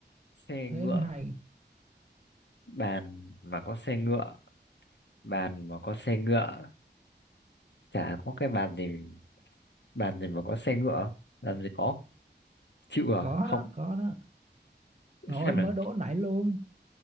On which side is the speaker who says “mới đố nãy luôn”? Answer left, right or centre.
Right